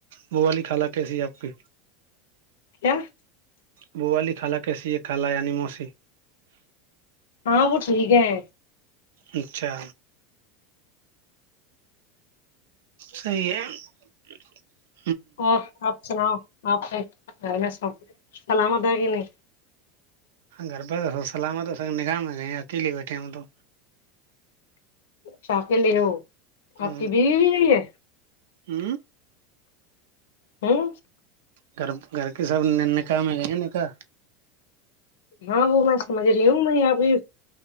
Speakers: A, on the right; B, on the left.
A: وہ والی خالا کیسی آپ کے
B: کیا
A: بوالی کالا کیسی یہ کالا یعنی موسی
B: ہاں وہ ٹھیک ہے
A: اچھا صحی ہے <unintelligible>
B: اور آپ سناؤ آاںپ <unintelligible> ا میں س سلامت <unintelligible> پا کی نہیں <unintelligible>
A: گربت سلامت س نگاہ ہے گئی اتی لے بیٹھے ہیں تو
B: شاکلے رہو
A: ہ
B: آپ کی بیوی بھی یہی ہے
A: ہ
B: ہوں
A: گھر گھر کے سب نکا میں گئے ہیں نکاح
B: ہاں وہ میں سمجھ رہی ہوں میں یہ بھی